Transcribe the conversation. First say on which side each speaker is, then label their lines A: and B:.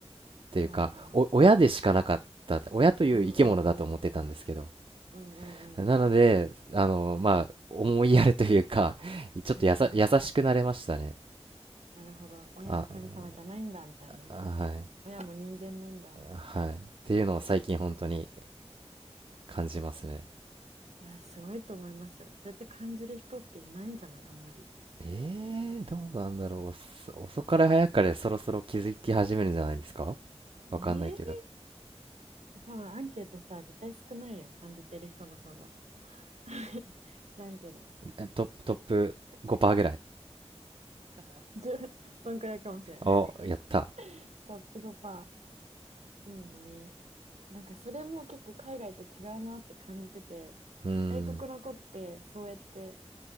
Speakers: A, on the right (about 50°); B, on the right (about 75°).
A: ていうかお親でしかなかった親という生き物だと思ってたんですけど
B: わあ。うんうんうん。うんうんうん。
A: なのであのまあ思いやるというかちょっとやさ優しくなれましたね
B: はいはいはい。なるほど。親は神様じゃないんだ、
A: あ
B: みたいなね。
A: はい
B: 親も人間なんだ。
A: はいっていうのを最近本当に感じますね
B: いや、すごいと思いますよ。そうやって感じる人っていないんじゃないあんまり。
A: えー、どうなんだろう遅遅かれ早かれそろそろ気づき始めるんじゃないですかわかんないけど
B: ええ多分アンケートしたら絶対少ないよ。感じてる人の方が。<laughs> 知らんけど。
A: えトップトップ5%ぐらい
B: 1そんくらいかもしれん。
A: おやった
B: <laughs> トップ5%。いいね。なんかそれも結構海外と違うなって感じてて、
A: うーん
B: 外国の子ってそうやって